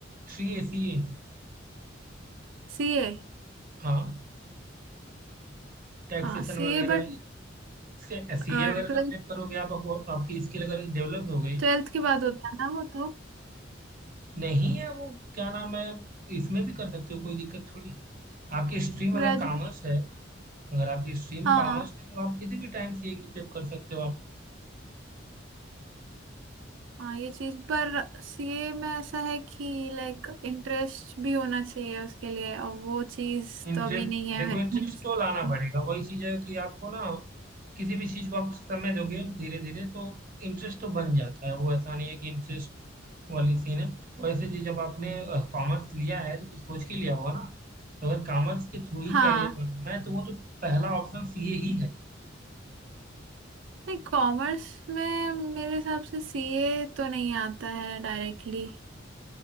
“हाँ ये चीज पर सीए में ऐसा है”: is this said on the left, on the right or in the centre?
Right